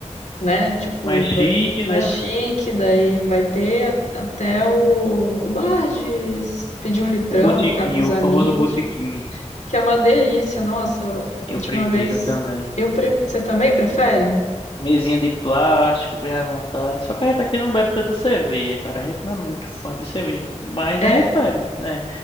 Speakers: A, on the left (about 75°); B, on the left (about 45°).
A: né? Tipo,
B: Mais chique,
A: vai- mais
B: né?
A: chique, daí vai ter a- até o, o bar de s- pedir um litrão,
B: O botiquinho,
A: ficar com os
B: o
A: amigos,
B: famoso botiquinho.
A: que é uma delícia. Nossa, última
B: Eu prefiro
A: vez.
B: também.
A: Eu pre- Você também prefere?
B: Mesinha de plástico, bem à vontade. Só que a gente aqui não bebe tanta cerveja, cara. A gente não é muito fã de cerveja. Mas
A: É?
B: a gente bebe, né?